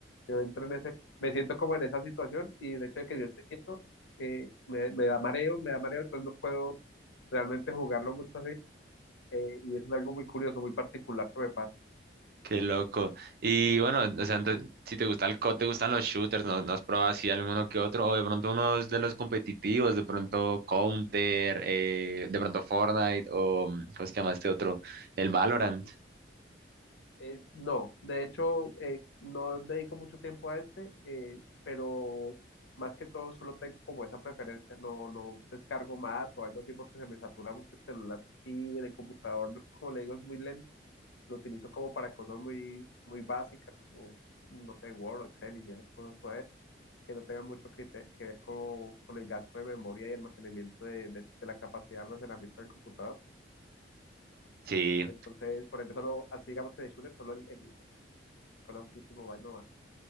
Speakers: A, on the left; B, on the right.
A: yo entro en ese, me siento como en esa situación y el hecho de que yo esté quieto eh, me, me da mareo, me da mareo, entonces no puedo realmente jugarlo mucho así. eh, y eso es algo muy curioso, muy particular que me pasa.
B: qué loco. Y bueno, o sea, ento- si te gusta el COD, te gustan los shooters, ¿no, no has probado así alguno que otro? O de pronto unos de los competitivos, de pronto Counter, eh, de pronto Fortnite, o mm, ¿cómo se llama este otro? El Valorant.
A: Es, no, de hecho, eh, no dedico mucho tiempo a este, eh, pero más que todo solo tengo como esa preferencia, no, no descargo más o algo así porque se me satura mucho el celular y en el computador, como le digo, es muy lento, lo utilizo como para cosas muy, muy básicas, como, no sé, Word, Excel y esas cosas pues, que no tengan mucho que, te- que ver con, con el gasto de memoria y almacenamiento de, de- de la capacidad de almacenamiento del computador.
B: Sí.
A: Entonces, por ejemplo, solo, así digamos que de Shure, solo el, el Call of Duty Mobile no va.